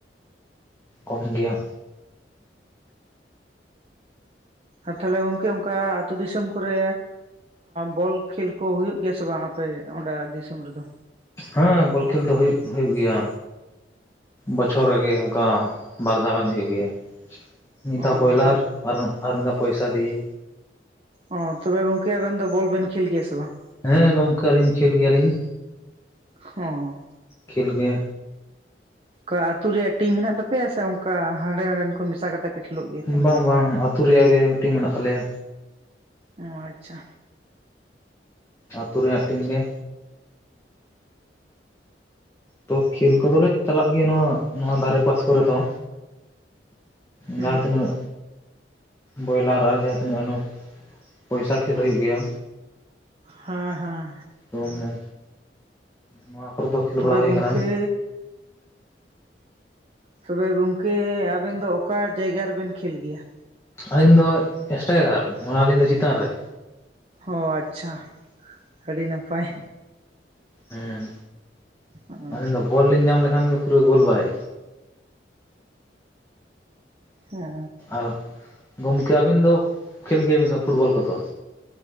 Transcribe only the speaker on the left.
ᱠᱚᱢ ᱜᱮᱭᱟ
ᱦᱮᱸ ᱵᱚᱞ ᱠᱷᱮᱞ ᱫᱚ ᱦᱩᱭᱩᱜ ᱦᱩᱭᱩᱜ ᱜᱮᱭᱟ ᱵᱚᱪᱷᱚᱨ ᱨᱮᱜᱮ ᱚᱱᱠᱟ ᱵᱟᱨ ᱫᱷᱟᱣ ᱜᱟᱱ ᱦᱩᱭᱩᱜ ᱜᱮᱭᱟ ᱢᱤᱫ
ᱫᱷᱟᱣ ᱵᱚᱭᱞᱟᱨ
ᱟᱨ ᱢᱤᱫ ᱫᱷᱟᱣ ᱯᱚᱭᱥᱟ ᱫᱤᱭᱮ
ᱦᱮᱸ ᱜᱚᱝᱠᱮ ᱟᱹᱞᱤᱧ ᱠᱷᱮᱞ ᱜᱮᱭᱟᱞᱤᱧ
ᱠᱷᱮᱞ ᱜᱮ
ᱵᱟᱝ
ᱵᱟᱝ ᱟᱹᱛᱩ ᱨᱮᱭᱟᱜ ᱜᱮ ᱴᱤᱢ ᱢᱮᱱᱟᱜ ᱛᱟᱞᱮᱭᱟ
ᱟᱹᱛᱩ ᱨᱮᱭᱟᱜ ᱴᱤᱢ ᱜᱮ ᱛᱚ ᱠᱷᱮᱞ ᱠᱚᱫᱚᱞᱮ ᱪᱟᱞᱟᱜ ᱜᱮᱭᱟ ᱱᱚᱣᱟ ᱱᱚᱣᱟ ᱫᱷᱟᱨᱮ ᱯᱟᱥ ᱠᱚᱨᱮ ᱫᱚ ᱡᱟᱦᱟᱸ
ᱛᱤᱱᱟᱹᱜ ᱵᱚᱭᱞᱟᱨ ᱟᱨ ᱡᱟᱦᱟᱸ ᱛᱤᱱᱟᱹᱜ ᱯᱚᱭᱥᱟ ᱠᱷᱮᱞ ᱦᱩᱭᱩᱜ ᱜᱮᱭᱟ
ᱛᱚ ᱢᱟᱱᱮ ᱱᱚᱣᱟ ᱠᱚᱨᱮ ᱫᱚ ᱠᱷᱮᱞ
ᱵᱟᱲᱟ ᱦᱩᱭ
ᱟᱠᱟᱱᱟ
ᱟᱹᱞᱤᱧ ᱫᱚ ᱮᱥᱴᱟᱭᱜᱟᱨ ᱢᱟᱱᱮ ᱟᱹᱞᱤᱧ ᱫᱚ ᱪᱮᱛᱟᱱ ᱨᱮ
ᱦᱮᱸ
ᱟᱹᱞᱤᱧ ᱫᱚ ᱵᱳᱞ ᱞᱤᱧ ᱧᱟᱢ ᱞᱮᱠᱷᱟᱱ ᱜᱮ ᱯᱩᱨᱟᱹ ᱜᱳᱞ ᱵᱟᱭ
ᱟᱨ ᱜᱚᱢᱠᱮ ᱟᱹᱵᱤᱱ ᱫᱚ ᱠᱷᱮᱞ ᱜᱮᱭᱟ ᱵᱤᱱ ᱥᱮ ᱯᱷᱩᱴᱵᱳᱞ ᱠᱚᱫᱚᱚ?